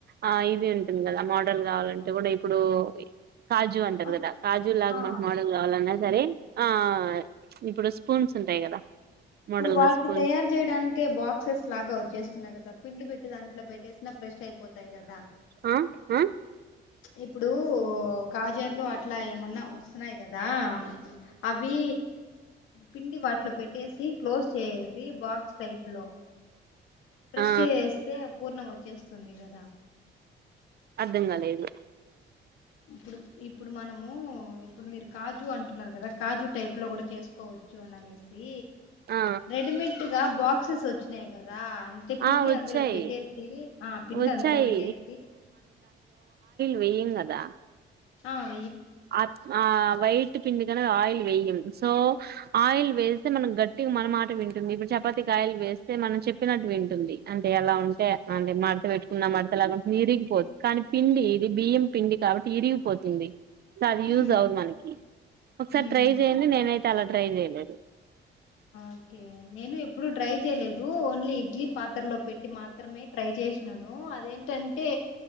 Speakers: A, on the right; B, on the left.
A: ఆ ఇది ఉంటుంది కదా మోడల్ కావాలంటే కూడా ఇప్పుడు కాజు అంటారు
B: ఆ
A: కదా కాజు లాగా
B: ఆ
A: మనకు మోడలు కావాలన్నా సరే ఆ ఇప్పుడు స్పూన్స్ ఉంటాయి కదా
B: ఇప్పుడు
A: మోడల్
B: వాటిని
A: గా స్పూన్స్
B: తయారు చేయడానికే బాక్సెస్ లాగా వచ్చేస్తున్నాయి కదా పిండి పెట్టి దాంట్లో పెట్టేసినా ఫ్రెష్ అయిపోతాయి కదా
A: ఆ ఆ
B: ఇప్పుడు కాజర్లు అట్లా ఏమన్నా వస్తున్నాయి కదా అవి పిండి వాటిలో పెట్టేసి క్లోజ్ చేేసి బాక్స్ టైప్ లో ప్రెస్
A: ఆ
B: చేసేస్తే పూర్ణం వచ్చేస్తుంది కదా
A: అర్థం కాలేదు
B: ఇప్ ఇప్పుడు మనము ఇప్పుడు మీరు కాజు అంటున్నారు కదా కాజు టైప్ లో కూడా చేసుకోవచ్చు అని అనేసి
A: ఆ
B: రెడిమేట్గా బాక్సెస్ వచ్చినాయి కదా అంటే పిండి
A: ఆ వచ్చాయి
B: అందులో పెట్టేసి ఆ పిండి
A: వచ్చాయి
B: అందులో పెట్టేసి
A: వెయ్యంగదా
B: అవును
A: ఆ ఆ వైట్ ట్టి పిండి కన ఆయిల్ వేయం సో ఆయిల్ వేస్తే మనం గట్టిగా మనమాట వింటుంది ఇప్పుడు చపాతికి ఆయిల్ వేస్తే మనం చెప్పినట్టు వింటుంది అంటే ఎలా ఉంటే అంటే మడత పెట్టుకున్న మడత ఎలాగాంటు ఇరిగిపోదు కానీ పిండి ఇది బియ్యం పిండి కాబట్టి ఇరిగిపోతుంది సార్ అది యూజ్
B: ఉమ్
A: అవదు మనకి ఒకసారి
B: ఉమ్
A: ట్రై చేయండి నేనైతే అలా ట్రై చేయలేదు
B: ఓకే నేను ఎప్పుడు ట్రై చేయలేదు ఓన్లీ ఇడ్లీ పాత్రలో పెట్టి మాత్రమే ట్రై చేసినాను అదేంటంటే